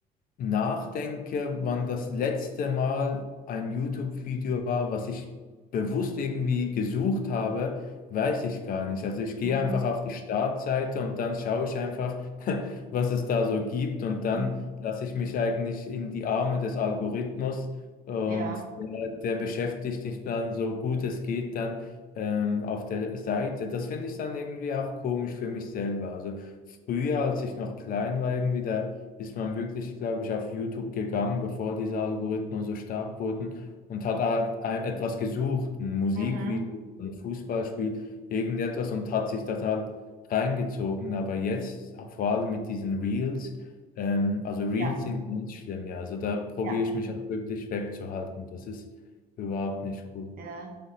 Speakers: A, on the left; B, on the right.
A: nachdenke, wann das letzte Mal ein YouTube-Video war, was ich bewusst irgendwie gesucht habe, weiß ich gar nicht. Also ich gehe
B: Mhm.
A: einfach auf die Startseite und dann schaue ich einfach, <laughs> was es da so gibt und dann
B: Mhm.
A: lasse ich mich eigentlich in die Arme des Algorithmus und
B: Ja.
A: der, der beschäftigt dich dann so gut es geht dann ähm, auf der Seite. Das finde ich dann irgendwie auch komisch für mich selber. Also früher, als ich noch klein war, irgendwie da ist man wirklich, glaube ich, auf YouTube gegangen, bevor diese Algorithmen so stark wurden und hat halt ein- etwas gesucht, ein Musikvideo,
B: Mhm.
A: ein Fußballspiel, irgendetwas und hat sich das halt reingezogen. Aber jetzt, vor allem mit diesen Reels, ähm, also Reels
B: Ja.
A: sind ganz schlimm, ja. Also da probiere
B: Ja.
A: ich mich halt wirklich wegzuhalten. Das ist überhaupt nicht cool.
B: Ja.